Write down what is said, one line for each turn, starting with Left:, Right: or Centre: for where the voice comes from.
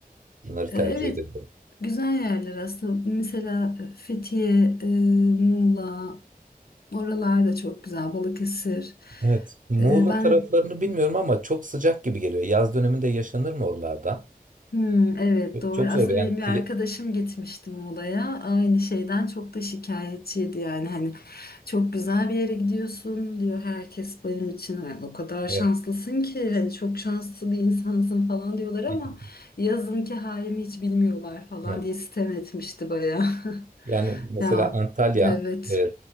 Right: Bunları
Left: E,
Right: tercih
Left: evet
Right: edebilirim.
Left: güzel yerler aslında. Mesela e, Fethiye, e, Muğla, Oralar da çok güzel. Balıkesir.
Right: Evet. Muğla
Left: Ee, Ben
Right: taraflarını bilmiyorum ama çok sıcak gibi geliyor. Yaz döneminde yaşanır mı oralarda?
Left: Hmm, evet doğru.
Right: Çok
Left: Aslında
Right: zor yani.
Left: benim
Right: Kli...
Left: bir arkadaşım gitmişti Muğla'ya. Aynı şeyden çok da şikayetçiydi yani. Hani çok güzel bir yere gidiyorsun diyor herkes benim için. "Ay, o kadar şanslısın
Right: Evet.
Left: ki hani çok şanslı bir insansın falan diyorlar ama
Right: <laughs>
Left: yazınki halimi hiç bilmiyorlar falan
Right: Evet.
Left: diye sitem etmişti bayağı. <laughs>
Right: Yani mesela
Left: Ya
Right: Antalya
Left: evet.
Right: e,